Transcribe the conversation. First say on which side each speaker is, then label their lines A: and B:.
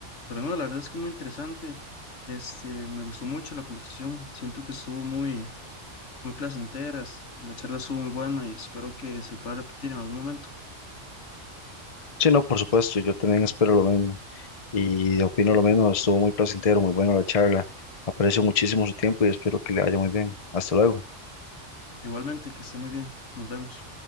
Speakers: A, on the left (about 65°); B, on the left (about 35°).
A: Pero no, la verdad es que muy interesante. Este, me gustó mucho la conversación. Siento que estuvo muy, muy placentera. es- La charla estuvo muy buena y espero que se pueda repetir en algún momento.
B: Sí, no, por supuesto, yo también espero lo mismo y opino lo mismo. Estuvo muy placentero, muy bueno la charla. Aprecio muchísimo su tiempo y espero que le vaya muy bien. Hasta luego.
A: Igualmente, que esté muy bien. Nos vemos.